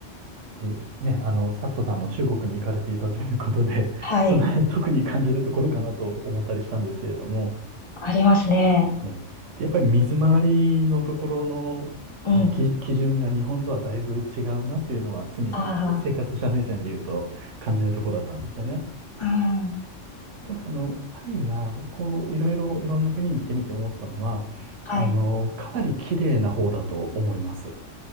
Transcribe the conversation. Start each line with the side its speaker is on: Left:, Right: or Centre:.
Right: で、ね、あの、サットさんも中国に行かれていたということで、
Left: はい。
Right: その辺特に感じるところかなと思ったりしたんですけれども、
Left: ありますね。
Right: ねで、やっぱり水回りのところの、
Left: うん。
Right: あの基、基準が日本とはだいぶ違うなっていうのは常に生活者目線で言うと感じるところだったんですよね。
Left: ああ、ああ、
Right: ただ、あの、タイは、こう、いろいろ、いろんな国行ってみて思ったのは、
Left: はい。
Right: あの、かなり綺麗な方だと思います。